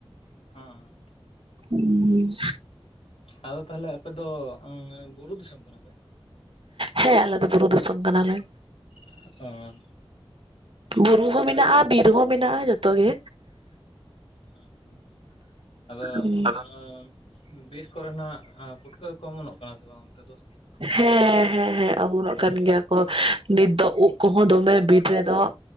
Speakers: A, on the left; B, on the right.
A: ᱦᱩᱸ᱾
B: ᱦᱩᱸ᱾
A: ᱟᱫᱚ ᱛᱟᱦᱚᱞᱮ ᱟᱯᱮ ᱫᱚ ᱩᱸ ᱵᱩᱨᱩ ᱫᱤᱥᱚᱢ ᱠᱟᱱᱟ ᱯᱮ?
B: ᱦᱮᱸ ᱟᱞᱮ ᱫᱚ ᱵᱩᱨᱩ ᱫᱤᱥᱚᱢ ᱠᱟᱱᱟ ᱞᱮ᱾
A: ᱚ᱾
B: ᱵᱩᱨᱩ ᱦᱚᱸ ᱢᱮᱱᱟᱜᱼᱟ ᱵᱤᱨ ᱦᱚᱸ ᱢᱮᱱᱟᱜᱼᱟ ᱡᱚᱛᱚ ᱜᱮ᱾
A: ᱦᱩᱸ ᱦᱩᱸ ᱟᱫᱚ
B: ᱦᱩᱸ,
A: ᱚᱱᱟ ᱵᱤᱨ ᱠᱚᱨᱮᱱᱟᱜ ᱯᱩᱴᱠᱟᱹ ᱠᱚ ᱚᱢᱚᱱᱚᱜ ᱠᱟᱱᱟ ᱥᱮ ᱵᱟᱝ ᱚᱱᱛᱮ ᱫᱚ?
B: ᱦᱮᱸ ᱦᱮᱸ ᱦᱮᱸ ᱚᱢᱚᱱᱚᱜ ᱠᱟᱱ ᱜᱮᱭᱟ ᱠᱚ ᱱᱤᱛ ᱫᱚ ᱩᱫᱽ ᱠᱚᱦᱚᱸ ᱫᱚᱢᱮ ᱵᱤᱨ ᱨᱮᱫᱚᱜ